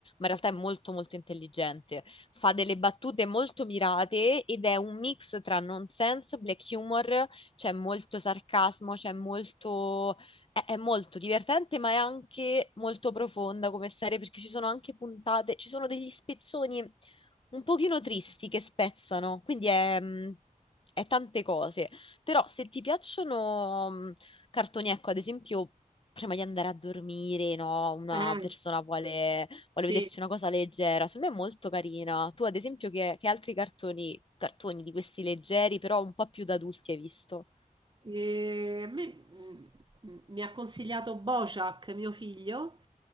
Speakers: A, on the left; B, on the right.
A: in realtà è molto molto intelligente. Fa delle battute molto mirate ed è un mix tra nonsense, black humor, c'è molto sarcasmo, c'è molto... È, è molto divertente, ma è anche molto profonda come serie perché ci sono anche puntate, ci sono degli spezzoni un pochino tristi che spezzano, quindi è... mm, è tante cose, però se ti piacciono mm, cartoni, ecco, ad esempio, prima di andare a dormire, no? Una
B: Eh,
A: persona vuole, vuole
B: sì.
A: vedersi una cosa leggera, secondo me è molto carina. Tu, ad esempio, che, che altri cartoni, cartoni di questi leggeri, però un po' più da adulti hai visto?
B: E a me, mhmm, mhmm, mi ha consigliato Bojack, mio figlio,